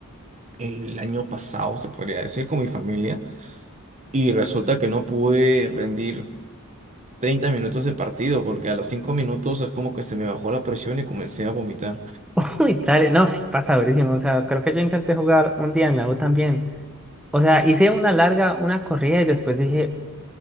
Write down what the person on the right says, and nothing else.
el año pasado, se podría decir, con mi familia, y resulta que no pude rendir 30 minutos de partido porque a los 5 minutos es como que se me bajó la presión y comencé a vomitar.